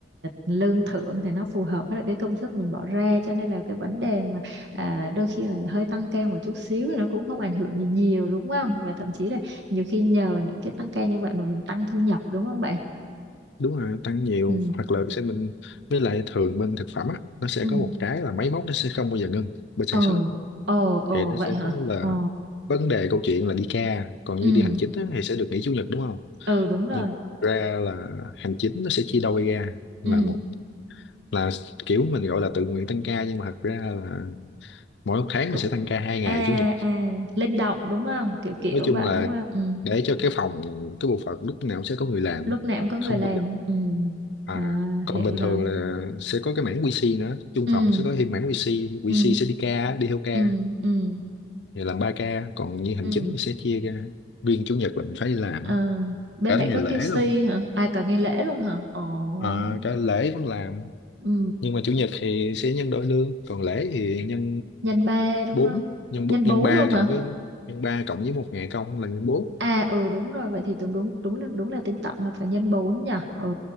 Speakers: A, on the right (about 80°); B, on the left (about 80°).
A: lương thưởng thì nó phù hợp với lại cái công sức mình bỏ ra cho nên là cái vấn đề mà à, đôi khi là hơi tăng ca một chút xíu nó cũng không ảnh hưởng gì nhiều đúng không và thậm chí là nhiều khi nhờ những cái tăng ca như vậy mà mình tăng thu nhập đúng không bạn
B: đúng rồi tăng nhiều
A: ừ
B: hoặc là sẽ mình với lại thường bên thực phẩm á nó sẽ
A: ừ
B: có một cái là máy móc nó sẽ không bao giờ ngừng bên sản
A: ừ
B: xuất
A: ồ ồ
B: thì nó
A: vậy
B: sẽ
A: hả
B: có là
A: ồ
B: vấn đề câu chuyện là đi ca còn
A: ừ
B: như đi hành chính á, thì sẽ được nghỉ chủ nhật đúng không
A: ừ đúng rồi
B: nhưng thật ra là hành chính nó sẽ chia đôi ra là
A: ừ
B: một là kiểu mình gọi là tự nguyện tăng ca nhưng mà thật ra là mỗi một tháng
A: cũng
B: mình sẽ tăng ca hai ngày
A: à
B: chủ nhật
A: à linh động đúng không kiểu kiểu
B: nói chung
A: vậy
B: là
A: đúng không ừ.
B: để cho cái phòng cái bộ phận lúc nào cũng sẽ có người làm
A: lúc
B: á
A: nào cũng có người
B: không
A: làm
B: bao giờ
A: ừ.
B: à
A: à
B: còn
A: hiểu
B: bình
A: rồi
B: thường là sẽ có cái mảng QC nữa chung
A: ừ
B: phòng sẽ có thêm mảng QC QC
A: ừ
B: sẽ đi ca đi theo ca
A: ừ ừ
B: thì làm ba ca còn như hành
A: ừ
B: chính thì sẽ chia ra riêng chủ nhật là mình phải đi làm
A: Ờ,
B: á
A: bên
B: cả
A: bạn
B: thứ ngày
A: có
B: lễ
A: QC
B: luôn
A: hả à cả ngày lễ luôn hả ồ
B: Ờ, cả lễ vẫn làm
A: ừ.
B: nhưng mà chủ nhật thì sẽ nhân đôi lương còn lễ thì nhân
A: nhân ba đúng
B: bốn
A: không
B: nhân
A: nhân
B: bốn- nhân
A: bốn
B: ba
A: luôn hả
B: cộng với nhân 3 cộng với một ngày công là nhân bốn
A: À ừ đúng rồi vậy thì tưởng đúng đúng là đúng là tính tổng là phải nhân 4 nhỉ. Ừ.